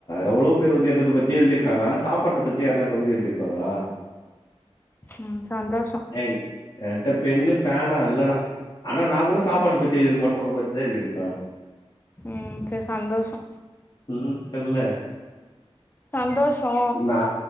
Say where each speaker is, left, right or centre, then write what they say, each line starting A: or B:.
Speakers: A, on the left (about 45°); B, on the left (about 20°).
A: எவ்ளோ பேர் வந்து எதத பத்தியோ எழுதிருக்காங்க ஆனா சாப்பாட்ட பத்தி யார்னா கவித எழுதிருக்காங்களா
B: ம் சந்தோ
A: ஏ ஏன்ட்ட பென்னு பேனா இல்லடா ஆனா நா கூட சாப்பாட பத்தி எழுதிருக்க மாட்ட உன்ன பத்திதா எழுதிருப்பே
B: ம் செர் சந்தோஷொ
A: ம் சொல்லு
B: சந்தோஷோ
A: நா